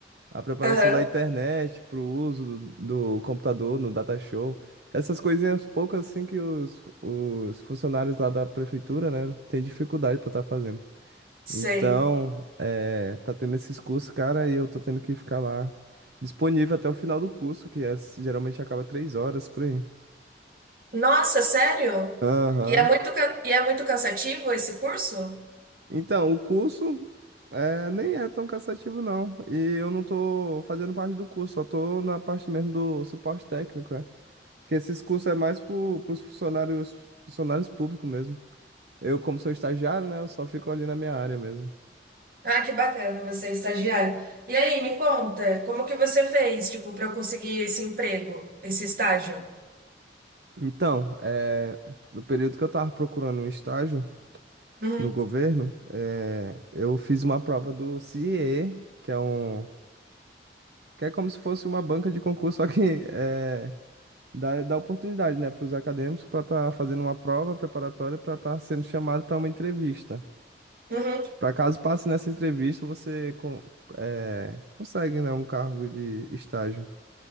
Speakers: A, on the right; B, on the right.
A: a preparação
B: aham,
A: da internet para o uso do, do computador no data show. Essas coisinhas poucas assim que os, os funcionários lá da prefeitura, né, têm dificuldade para estar fazendo.
B: sei.
A: Então, é, tá tendo esses cursos, cara, e eu tô tendo que ficar lá disponível até o final do curso, que é, geralmente acaba três horas por aí.
B: Nossa, sério?
A: Aham.
B: E é muito, ca- e é muito cansativo esse curso?
A: Então, o curso é, nem é tão cansativo, não. E eu não tô fazendo parte do curso, só tô na parte mesmo do suporte técnico, né? Porque esses cursos é mais para os funcionários, funcionários públicos mesmo. Eu, como sou estagiário, né, eu só fico ali na minha área mesmo.
B: Ah, que bacana, você é estagiário. E aí, me conta, como que você fez, tipo, para conseguir esse emprego, esse estágio?
A: Então, é, no período que eu estava procurando um estágio
B: Uhum,
A: no governo, é, eu fiz uma prova do Ciee, que é um, que é como se fosse uma banca de concurso, <laughs> só que é, dá, dá oportunidade, né, para os acadêmicos para estar fazendo uma prova preparatória para estar sendo chamado para uma entrevista.
B: uhum,
A: Para caso passe nessa entrevista, você con- é, consegue, né, um cargo de estágio.